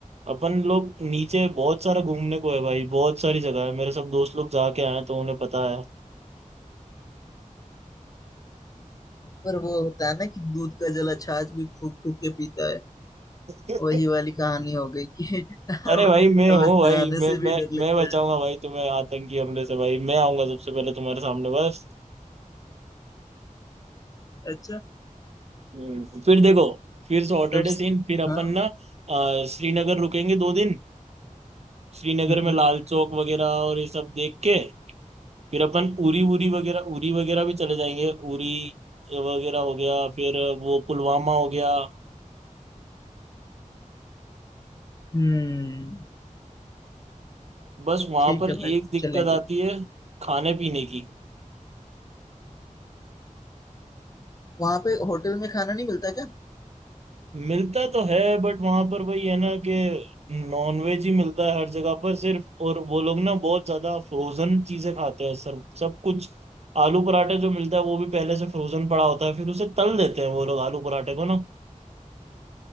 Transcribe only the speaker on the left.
पर वो होता है ना कि दूध का जला छाछ भी फूक फूक के पीता है
वही वाली कहानी हो गई कि <laughs> अब
अब
जाने
से भी
डर लगता
है
अच्छा
सब
हाँ
हम्म
हम्म,
ठीक
है
भाई
चलेंगे
वहां पे होटल में खाना नहीं मिलता क्या